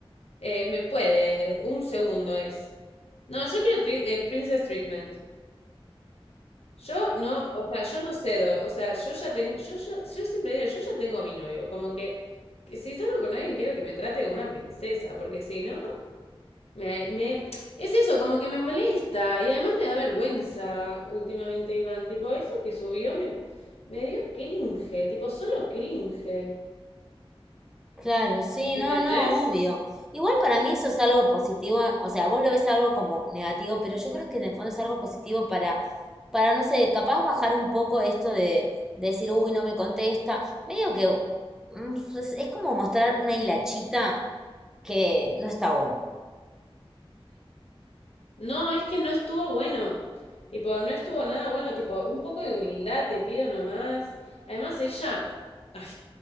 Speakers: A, on the left; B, in the centre.
A: Eh, me puede, un segundo es. No, yo quiero tri- eh, Princess Treatment. Yo no, o sea, yo no cedo. O sea, yo ya tengo, yo, yo, yo siempre digo, yo ya tengo a mi novio. Como que, que si salgo con alguien, quiero que me trate como una princesa, porque si no, me, me, es eso, como que me molesta. Y además me da vergüenza últimamente, Iván. Tipo, eso que subió me, me dio cringe, tipo, solo cringe.
B: Claro, sí,
A: ¿Entendés?
B: no, no, obvio. Igual para mí eso es algo positivo, o sea, vos lo ves algo como negativo, pero yo creo que en el fondo es algo positivo para, para, no sé, capaz bajar un poco esto de, de decir, uy, no me contesta. Medio que mm, es, es como mostrar una hilachita que no está buena.
A: No, es que no estuvo bueno. Tipo, no estuvo nada bueno. Tipo, un poco de humildad te pido nomás. Además, ella. Ay,